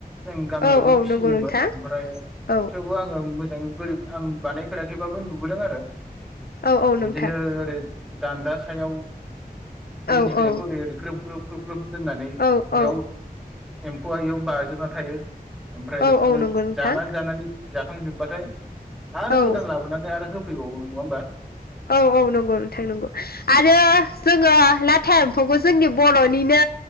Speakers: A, in the centre; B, on the left (about 75°).
A: जों गामियावबो
B: औ औ
A: फिसियोमोन
B: नंगौ नोंथां
A: ओमफ्राय
B: औ
A: थेवबो आङो मो जों बोरै आं बानायफेराखैबाबो नुबोदों आरो।
B: औ औ
A: बिदिनो
B: नोंथां
A: ओरै दान्दा सायाव।
B: औ
A: इन्दि बिलाइखौ
B: औ
A: ओरै ओरै ग्रोब ग्रोब ग्रोब ग्रोब दोननानै
B: औ
A: बेयाव।
B: औ
A: एम्फौआ इयाव बाजोबना थायो। ओमफ्राय
B: औ
A: बिदिनो
B: औ नंगौ नोंथां
A: जानानै जानानै जाखांजोबबा थाय आरो
B: औ
A: गोदान लाबोनानै आरो हो फै बावो नङा होनबा?
B: औ औ नंगौ नोंथां नंगौ आरो जोङो ला था
A: उम
B: एम्फौखौ जोंनि बर' बर'निनो